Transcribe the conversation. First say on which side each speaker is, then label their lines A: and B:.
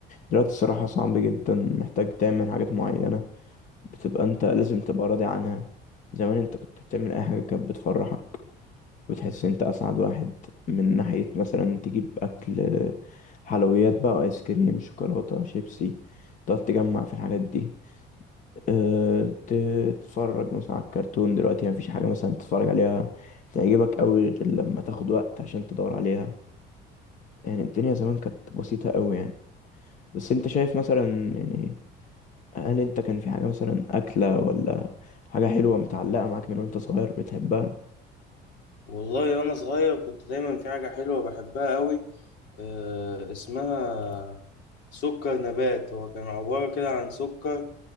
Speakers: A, on the left; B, on the left.
A: دلوقتي الصراحه صعب جدا محتاج تعمل حاجات معينه بتبقى انت لازم تبقى راضي عنها زمان انت كنت بتعمل اي حاجه كانت بتفرحك وتحس انت اسعد واحد من ناحية مثلا تجيب اكل حلويات بقى ايس كريم شوكولاتة شيبسي تقعد تجمع في الحاجات دي أه ت- تتفرج مثلا على الكرتون دلوقتي مفيش حاجة مثلا تتفرج عليها تعجبك قوي غير لما تاخد وقت عشان تدور عليها يعني الدنيا زمان كانت بسيطة قوي يعني بس انت شايف مثلا يعني هل انت كان في حاجة مثلا أكلة ولا حاجة حلوة متعلقة معاك من وانت صغير بتحبها
B: والله وأنا صغير كنت دايما في حاجة حلوة بحبها أوي آه اسمها سكر نبات هو كان عبارة كده عن سكر